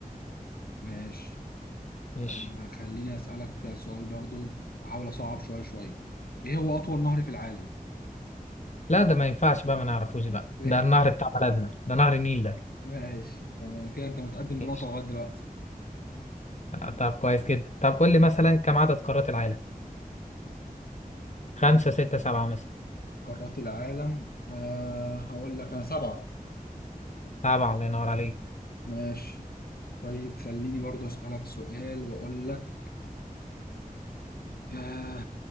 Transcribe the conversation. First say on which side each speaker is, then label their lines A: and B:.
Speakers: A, on the left; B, on the left.
A: ماشي
B: ماشي
A: آه، خليني أسألك سؤال برضو أحاول أصعب شوية شوية إيه هو أطول نهر في العالم؟
B: لا ده ما ينفعش بقى ما نعرفوش بقى
A: <laughs> إيه؟
B: ده النهر بتاع بلدنا ده نهر النيل ده
A: ماشي تمام كده أنت متقدم بنقطة
B: ماشي
A: لغاية دلوقتي
B: آه، طب كويس جدا طب قول لي مثلا كم عدد قارات العالم خمسة ستة سبعة مثلا
A: قارات العالم أه هقول لك أنا سبعة
B: سبعة الله ينور عليك
A: ماشي طيب خليني برضو أسألك سؤال وأقول لك أه